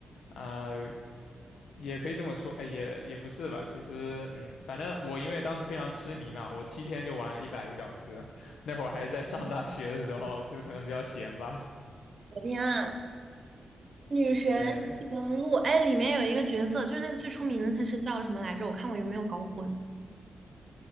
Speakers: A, on the left (about 85°); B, on the right (about 45°).
A: 啊、也可以这么说，哎，也也不是吧。其实，嗯，反正我因为当时非常痴迷嘛，我七天就玩了一百个小时。<laughs> 那会儿还是在上大学的时候，就可能比较闲吧。
B: 我天啊，女神异闻录，
A: 对，
B: 哎，里面有一个角色就是那最出名的，他是叫什么来着？我看我有没有搞混，